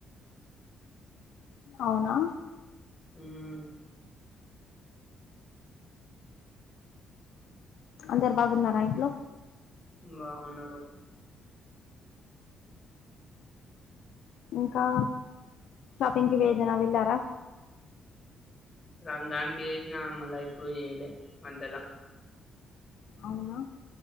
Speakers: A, on the left; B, on the left.
A: అవునా
B: మ్
A: అందరు బాగున్నారా ఇంట్లో
B: బాగున్నారు
A: మ్ ఇంకా షాపింగ్కి వేదైనా వెళ్ళారా
B: రంజాన్ కి చేసినా మల్ల ఎప్పుడు చేయలే మధ్యలో
A: అవునా